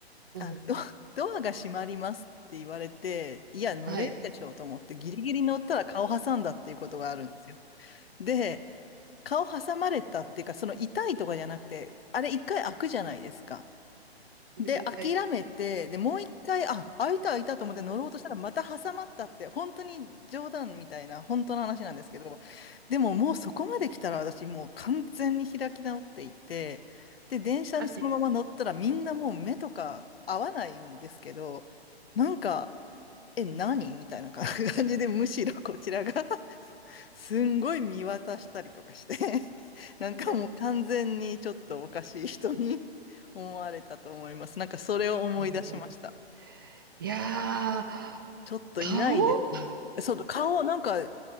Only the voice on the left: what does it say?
あの、ド、<laughs> ドアが閉まりますって言われて、いや、乗れるでしょうと思って、
ギリギリ乗ったら顔挟んだっていうことがあるんですよ。で、顔挟まれたっていうか、その痛いとかじゃなくて、あれ一回開くじゃないですか。
で、諦めて、で、もう一回、あ、開いた開いたと思って乗ろうとしたらまた挟まったって、本当に冗談みたいな、本当の話なんですけど、でももうそこまで来たら私もう完全に開き直っていて、で、電車にそのまま乗ったらみんなもう目とか合わないんですけど、
なんか、え、何みたいな感じで、むしろこちらがすんごい見渡したりとかして <laughs> なんかもう完全にちょっとおかしい人に
<laughs> 思われたと思います。なんかそれを思い出しました。
ちょっといないですよね。
そう、顔、なんか